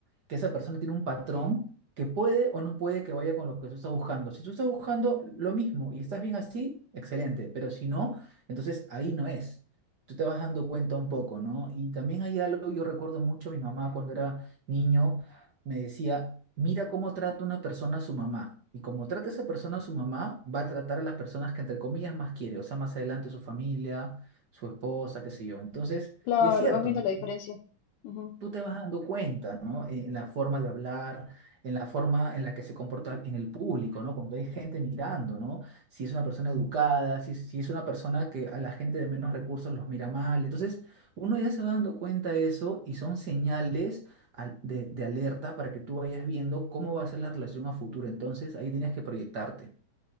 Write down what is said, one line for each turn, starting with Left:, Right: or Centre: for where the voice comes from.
Right: que esa persona tiene un patrón que puede o no puede que vaya con lo que tú estás buscando. Si tú estás buscando lo mismo y estás bien así, excelente, pero si no, entonces ahí no es. Tú te vas dando cuenta un poco, ¿no? Y también hay algo, yo recuerdo mucho, mi mamá cuando era niño me decía, mira cómo trata una persona a su mamá. Y como trata esa persona a su mamá, va a tratar a las personas que entre comillas más quiere, o sea, más adelante su familia, su esposa, qué sé yo. Entonces,
Left: <laughs> Claro,
Right: y es cierto,
Left: vas viendo
Right: ¿no?
Left: la diferencia. Ujú.
Right: tú te vas dando cuenta, ¿no? En la forma de hablar, en la forma en la que se comporta en el público, ¿no? Cuando hay gente mirando, ¿no? Si es una persona educada, si, si es una persona que a la gente de menos recursos los mira mal. Entonces, uno ya se va dando cuenta de eso y son señales al- de, de alerta para que tú vayas viendo cómo va a ser la relación a futuro. Entonces, ahí tienes que proyectarte.